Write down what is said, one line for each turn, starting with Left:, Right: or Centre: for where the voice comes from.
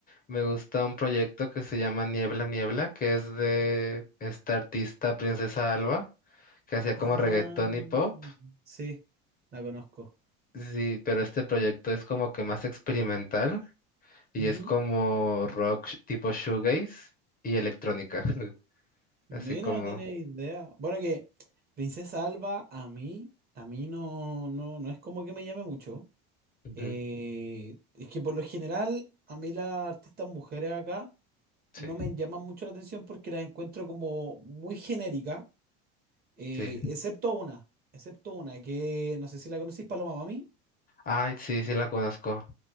Left: me gusta un proyecto que se llama Niebla Niebla, que es de esta artista Princesa Alba, que hacía
Right: Ah,
Left: como reggaetón y pop.
Right: sí, la conozco.
Left: Sí, pero este proyecto es como que más experimental. Y
Right: Ujú.
Left: es como rock sh- tipo shoegaze y electrónica. <laughs>
Right: Mira,
Left: Así como.
Right: no tenía idea. Bueno, que Princesa Alba a mí, a mí no, no, no es como que me llame mucho.
Left: ujú,
Right: Eh, es que por lo general, a mí las artistas mujeres acá
Left: Sí,
Right: no me llaman mucho la atención porque las encuentro como muy genéricas, eh,
Left: sí.
Right: excepto una, excepto una que no sé si la conocís, Paloma Mami.
Left: Ay, sí, sí la conozco.